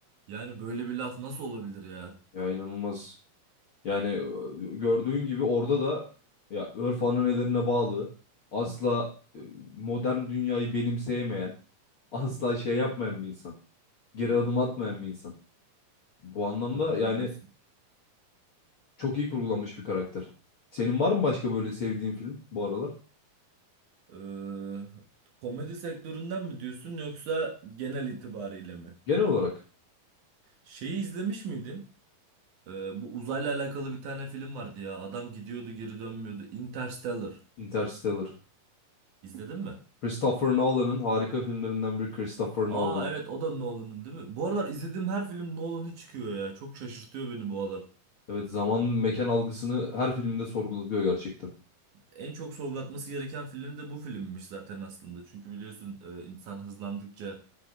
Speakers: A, on the right; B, on the left.
A: Yani böyle bir laf nasıl olabilir ya?
B: Ya inanılmaz. Yani e, gördüğün gibi orada da ya örf ananelerine bağlı, asla e, modern dünyayı benimseyemeyen, asla şey yapmayan bir insan. Geri adım atmayan bir insan. Bu anlamda
A: Doğru
B: yani
A: diyorsun.
B: çok iyi kurgulanmış bir karakter. Senin var mı başka böyle sevdiğin film bu aralar?
A: Ee, komedi sektöründen mi diyorsun yoksa genel itibariyle mi?
B: Genel olarak
A: Şeyi izlemiş miydin? Ee, bu uzayla alakalı bir tane film vardı ya. Adam gidiyordu geri dönmüyordu. Interstellar.
B: Interstellar.
A: İzledin mi?
B: Christopher Nolan'ın harika filmlerinden biri Christopher
A: Aa
B: Nolan'ın.
A: evet o da Nolan'ın değil mi? Bu aralar izlediğim her film Nolan'ın çıkıyor ya. Çok şaşırtıyor beni bu adam.
B: Evet zaman mekan algısını her filminde sorgulatıyor gerçekten.
A: en çok sorgulatması gereken film de bu filmmiş zaten aslında. Çünkü biliyorsun e, insan hızlandıkça